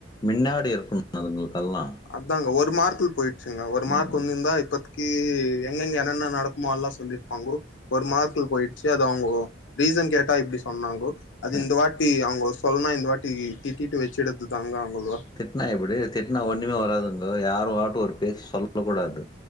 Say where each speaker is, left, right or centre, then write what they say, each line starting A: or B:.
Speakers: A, on the left; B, on the left.
A: மின்னாடி இருக்கணு அதுங்களுக்கல்லா
B: அதாங்க ஒரு மார்க்கில் போயிடுச்சுங்க ஒரு மார்க்
A: ம்
B: ஒன்னு இருந்தா இப்ப கீ எங்கெங்க என்னென்ன நடக்குமோ அல்லா சொல்லிருப்பாங்கோ ஒரு மார்க்குல போயி ச்சு அது அவங்கோ ரீசன் கேட்டா இப்படி சொன்னாங்கோ அது
A: அ
B: இந்த வாட் ட்டி அவுங்க சொல்ன்னா இந்த வாட்டி திட்டிட்டு வச்சிடதுது தாங்கோ அவுங்க
A: திட்னா எப்பிடி திட்னா ஒன்னுமே வராதுங்கோ யாரு ஆட்டு ஒரு பேசு சொல்ல கூடாது